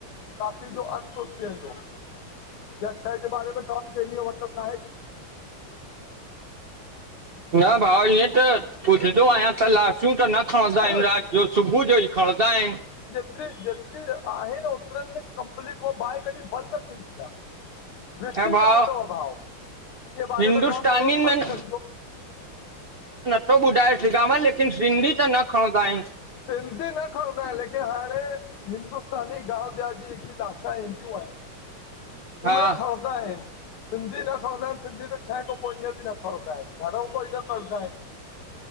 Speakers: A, on the left (about 80°); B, on the right (about 75°).
A: काशी जो अंत हुजे वेंदो। जज साहिब जे बारे में चवां डेली ओ मतिलबु ना हे।
B: न भाऊ इएंं त पुछंदो आहियां, त लाशियूं त न -- खणंदा
A: आहे
B: आहिन राति जो सुबहु जो, ई खणंदा आहिन।
A: जेतरी जेतिरी आहे न ओतिरन खे कंपलीट ओ बाए की बंदि न थींदी आ। विसी
B: ऐं भाउ
A: कान दो भाव -- हिन जे बारे
B: हिंदुस्तानियुनि
A: में तव्हां थोरो सर्च
B: में
A: कजो
B: सुठो ॿुधाए छिगामे लेकिन, सिंधी त न खणंदा आहिन।
A: सिंधी न खणंदा आहिन लेकिन, अरे! हिंदुस्तानी ॻाल।। हीयाजेकी लाशा ईंदियूं आहिनि
B: हा
A: उहे खणंदा आहियूं सिंधी न खणंदा आहिन सिंधी त छ खां पोइ ईअं बि न खणंदा आहिन घरऊ कोई न कंडदा आहिन।